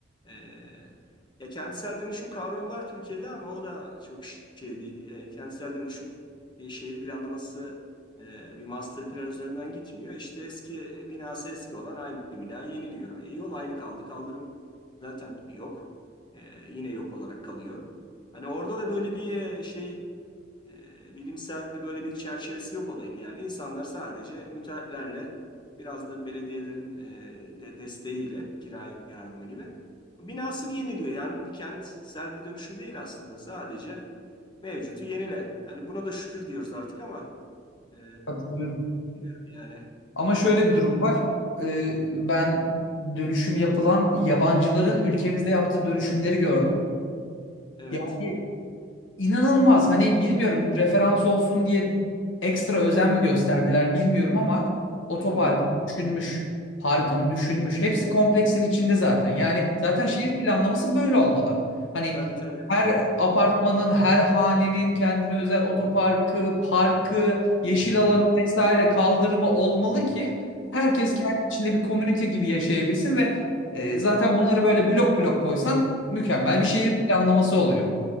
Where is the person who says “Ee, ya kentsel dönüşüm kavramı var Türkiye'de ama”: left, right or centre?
Left